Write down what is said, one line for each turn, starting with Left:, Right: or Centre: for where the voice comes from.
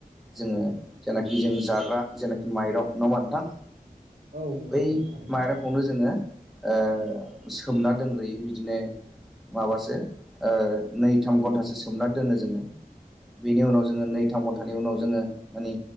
Centre: जोङो जेनाखि जों जाग्रा जेनाखि माइरं नङा होमबा नोंथां?
Right: औ नंगौ
Centre: बै
Right: नोंथां थारैनो
Centre: माइरं -खौनो जोङो माने ओ सोमना दोनग्रोयो बिदिनो माबासो ओ नै, थाम घन्टासो सोमना दोनो जोङो। बेनि उनाव जोङो नै, थाम घन्टानि उनाव जोङो माने